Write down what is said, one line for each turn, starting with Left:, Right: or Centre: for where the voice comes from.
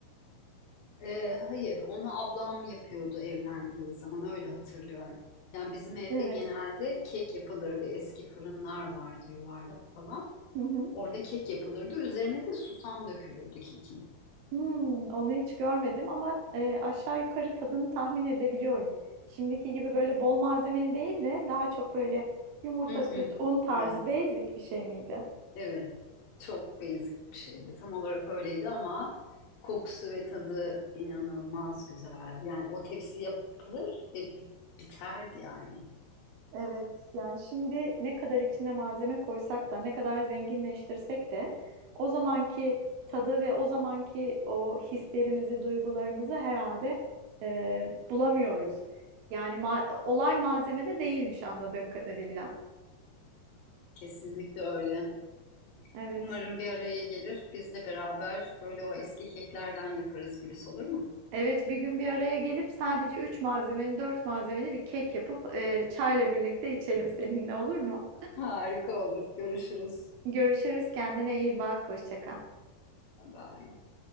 Left: Ee, hayır, onu ablam yapıyordu evlendiği zaman öyle hatırlıyorum. Yani bizim evde
Right: Evet.
Left: genelde kek yapılırdı. Eski fırınlar vardı yuvarlak falan.
Right: Hı hı.
Left: Orada kek yapılırdı. Üzerine de susam dökülürdü kekin.
Right: Hmm, onu hiç görmedim ama e, aşağı yukarı tadını tahmin edebiliyorum. Şimdiki gibi böyle bol malzemeli değil de daha çok böyle yumurta,
Left: Mm,
Right: süt,
Left: mm.
Right: un tarzı
Left: Evet,
Right: basic bir şey miydi?
Left: evet. Çok basic bir şeydi. Tam olarak öyleydi ama kokusu ve tadı inanılmaz güzeldi. Yani o tepsi yapılır ve bi- biterdi yani.
Right: Evet, yani şimdi ne kadar içine malzeme koysak da ne kadar zenginleştirsek de o zamanki tadı ve o zamanki o hislerimizi, duygularımızı herhalde e, bulamıyoruz. Yani ma- olay malzemede değilmiş anladığım kadarıyla.
Left: Kesinlikle öyle.
Right: Evet,
Left: Umarım bir araya gelir. Biz de beraber böyle o eski keklerden yaparız Gülis olur mu?
Right: Evet, bir gün bir araya gelip sadece üç malzemeli, dört malzemeli bir kek yapıp e, çayla birlikte içelim seninle olur mu?
Left: Harika olur. Görüşürüz.
Right: Görüşürüz, kendine iyi bak, hoşça kal.
Left: Bye bye.